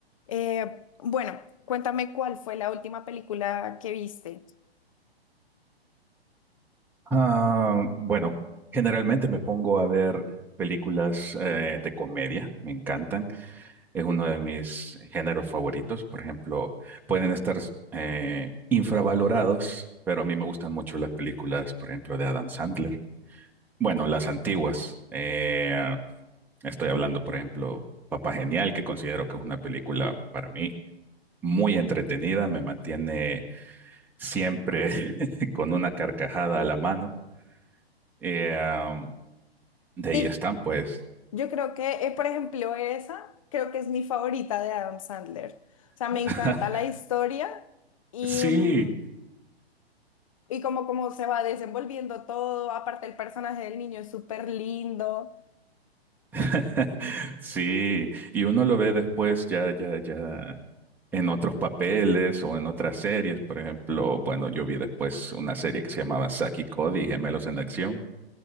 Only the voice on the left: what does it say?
Eh, bueno, cuéntame cuál fue la última película que viste.
Sí,
Yo creo que, eh, por ejemplo, esa creo que es mi favorita de Adam Sandler. O sea, me
encanta la historia y,
mm, y como, como se va desenvolviendo todo. Aparte, el personaje del niño es súper lindo.